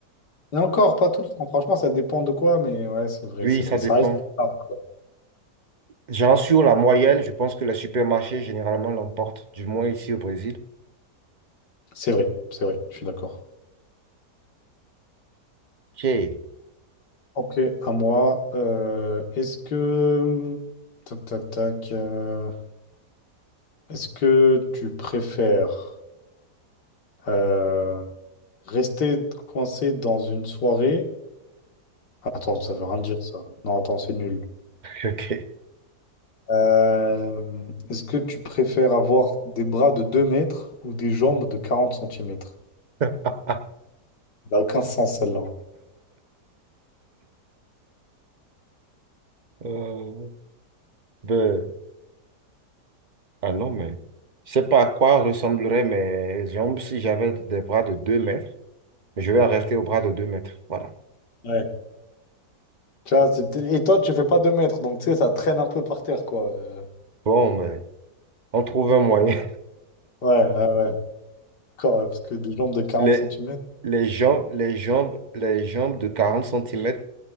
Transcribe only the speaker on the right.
oui,
ça
dépend.
Genre, sur la moyenne, je pense que les supermarchés, généralement, l'emportent, du moins ici au Brésil.
OK.
Ok.
<laughs>
Euh, ben, Ah non, mais je sais pas à quoi ressembleraient mes jambes si j'avais des bras de deux mètres, mais je vais en rester aux bras de deux mètres. Voilà.
Bon, ben, on trouve un moyen.
<laughs>
Les,
les jambes, les jambes, les jambes de quarante centimètres